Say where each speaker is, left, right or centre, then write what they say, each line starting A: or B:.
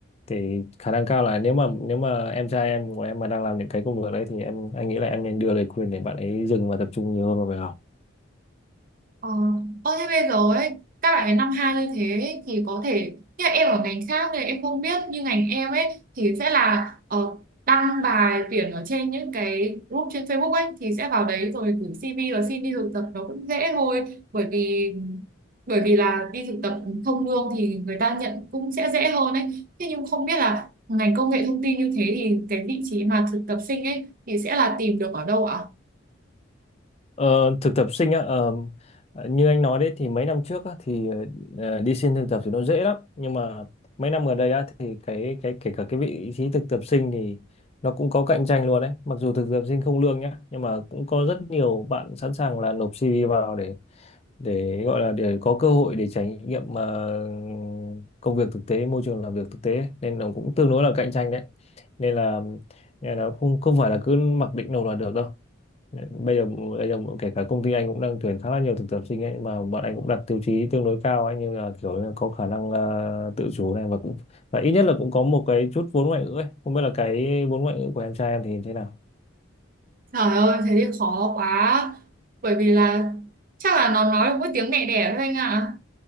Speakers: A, on the left; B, on the right.
A: thì khả năng cao là nếu mà nếu mà em trai em của em mà đang làm những cái công việc đấy thì em anh nghĩ là em nên đưa lời khuyên để bạn ấy dừng và tập trung nhiều hơn vào việc học
B: Ờ, ơ thế bây giờ ấy các bạn ấy năm hai như thế ấy, thì có thể như là em ở ngành khác thì em không biết như ngành em ấy thì sẽ là ờ, đăng bài tuyển ở trên những cái group trên Facebook ấy thì sẽ vào đấy rồi gửi CV rồi xin đi thực tập nó cũng dễ thôi bởi vì bởi vì là đi thực tập không lương thì người ta nhận cũng sẽ dễ hơn ấy thế nhưng không biết là ngành công nghệ thông tin như thế thì cái vị trí mà thực tập sinh ấy thì sẽ là tìm được ở đâu ạ
A: Ờ, thực tập sinh á, ờ, như anh nói đấy thì mấy năm trước á, thì ờ, đi xin thực tập thì nó dễ lắm nhưng mà mấy năm gần đây á, thì cái cái kể cả cái vị trí thực tập sinh thì nó cũng có cạnh tranh luôn đấy mặc dù thực tập sinh không lương nhá nhưng mà cũng có rất nhiều bạn sẵn sàng là nộp CV vào để để gọi là để có cơ hội để trải nghiệm ờ, công việc thực tế môi trường làm việc thực tế nên nó cũng tương đối là cạnh tranh đấy nên là nên là không không phải là cứ mặc định nộp là được đâu bây giờ bây giờ kể cả công ty anh cũng đang tuyển khá là nhiều thực tập sinh ấy mà bọn anh cũng đặt tiêu chí tương đối cao ấy như là kiểu như là có khả năng ờ, tự chủ này và cũng và ít nhất là cũng có một cái chút vốn ngoại ngữ ấy không biết là cái vốn ngoại ngữ của em trai em thì thế nào
B: Trời ơi, thế thì khó quá. Bởi vì là chắc là nó nói được mỗi tiếng mẹ đẻ thôi anh ạ.